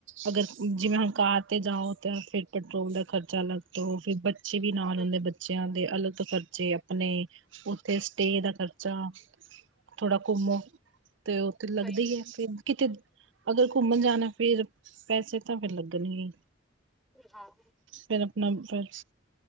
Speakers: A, on the right; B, in the centre.
A: ਅਗਰ ਜਿਵੇਂ ਹੁਣ ਕਾਰ ਤੇ ਜਾਓ ਤਾਂ ਫਿਰ ਪੈਟਰੋਲ ਦਾ ਖ਼ਰਚਾ ਲਗ ਤੋ ਫਿਰ, - ਬੱਚੇ ਵੀ
B: ਸਹੀ
A: ਨਾਲ ਹੁੰਦੇ ਏ ਬੱਚਿਆਂ ਦੇ ਅਲਗ ਖ਼ਰਚੇ। ਆਪਣੇ ਉੱਥੇ ਸਟੇ ਦਾ ਖਰਚਾ। ਥੋੜਾ ਘੁੰਮੋ, ਤੇ ਉੱਥੇ ਲੱਗਦਾ
B: ਸਹੀ
A: ਹੀ ਹੈ ਫਿਰ ਕਿਤੇ ਅਗਰ ਘੁੰਮਣ ਜਾਣਾ ਫੇਰ ਪੈਸੇ ਤਾਂ ਫਿਰ ਲੱਗਣਗੇ।
B: ਹੈ ਹਾਂ
A: ਫਿਰ ਆਪਣਾ ਫਿਰ